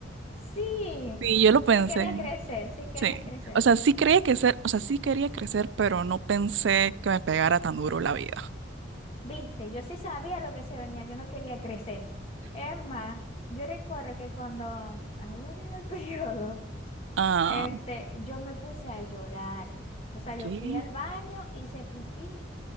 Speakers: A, on the left (about 35°); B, on the right (about 70°).
A: Sí,
B: Sí, yo lo pensé,
A: sí quería crecer, sí querías
B: sí.
A: crecer.
B: O sea, sí quería crecer, o sea, sí quería crecer, pero no pensé que me pegara tan duro la vida.
A: Viste, yo sí sabía lo que se venía, yo no quería crecer. Es más, yo recuerdo que cuando a mí me vino el <laughs> periodo,
B: Ah,
A: este, yo me puse a llorar. O sea, yo
B: ¿qué?
A: fui al baño, hice pipí